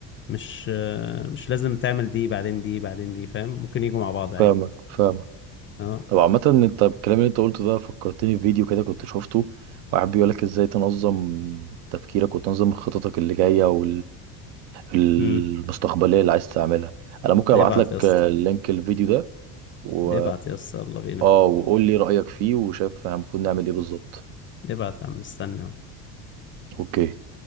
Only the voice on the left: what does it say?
مش آه، مش لازم تعمل دي بعدين دي بعدين دي فاهم ممكن يجوا مع بعض عادي
آه.
امم
ابعت
يا اسطى
ابعت يا اسطى يلا بينا
ابعت يا عم مستني أهو.